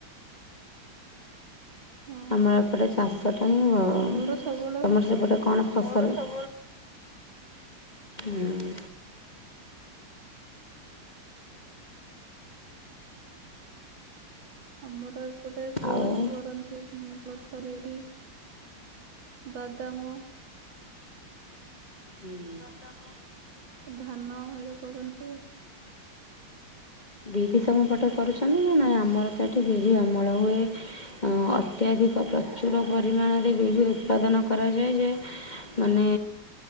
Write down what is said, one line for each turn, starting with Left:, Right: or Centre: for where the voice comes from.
Right: ହଁ
Left: ଆମର ଏପଟେ ଚାଷଟା ହିଁ
Right: ମୋର ସବୁବେଳେ
Left: ତମର
Right: ଭାତ
Left: ସେପଟେ କଣ। ଫସଲ ହୁଁ।
Right: ଆମର ଏପଟେ କୋଳଥ
Left: ଆଉ
Right: କରନ୍ତି ହୁଁ। କୋଳଥ ବିରି ବାଦାମ।
Left: ହୁଁ।
Right: ଧାନ ହେରେ କରନ୍ତି।
Left: ବିରି ତମ ପଟେ କରୁଛନ୍ତି ନା ନାଇଁ ଆମର ତ ଏଠି ବିରି ଅମଳ ହୁଏ। ଅତ୍ୟଧିକ ପ୍ରଚୁର ପରିମାଣରେ ବିରି ଉତ୍ପାଦନ କରାଯାଏ ଯେ ମାନେ